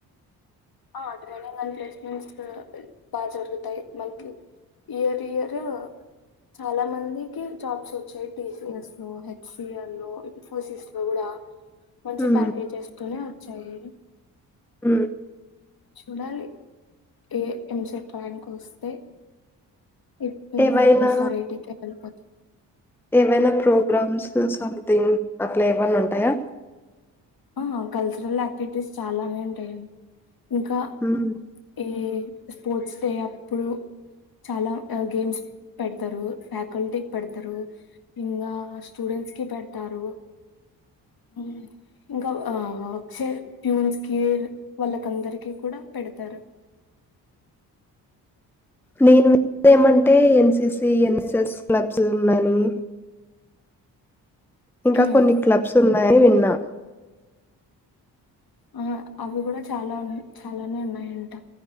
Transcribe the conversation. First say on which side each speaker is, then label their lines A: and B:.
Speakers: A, on the left; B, in the centre.
A: ఆ ట్రైనింగల్ ప్లేస్మెంట్స్ బా జరుగుతాయ్, మంత్లీ ఇయర్ ఇయర్ చాలా మందికి జాబ్స్ వచ్చాయ్, టీసిఎస్ లో హెచ్ సి ల్ లో ఇన్ఫోసిస్ లో కూడా మంచి
B: ఉమ్.
A: ప్యాకేజెస్ తొనే చైయ్
B: హు
A: చూడాలి ఏ ఎంసెట్ ర్యాంక్ వస్తే ఇ ఇ
B: ఏవైనా
A: ఎస్ ఆర్ ఏటి కి ఎల్పోత్
B: ఏవైనా ప్రోగ్రామ్స్ సంథింగ్ ట్లా ఏవన్న ఉంటాయా
A: ఆ కల్చరల్ యాక్టివిటీస్ చాలానే ఉంటయ్. ఇంకా
B: ఉమ్.
A: ఈ స్పోర్ట్స్ డే అప్పుడు చాలా గేమ్స్ పెడతరు. ఫ్యాకల్టీకి పెడతారు, ఇంగా స్టూడెంట్స్ కి పెడతారు. ఉమ్ ఇంకా అక్షయ్ ప్యూన్స్కి వాళ్ళకందరికి కూడా పెడతరు.
B: నేను ఏమంటే ఎన్సిసి ఎన్ స్ క్లబ్స్ ఉన్నాని. ఇంకా
A: హ్మ్
B: కొన్ని క్లబ్స్ ఉన్నాయని విన్ నా
A: ఆ అవి కూడా చాలా చాలానే ఉన్నాయంట,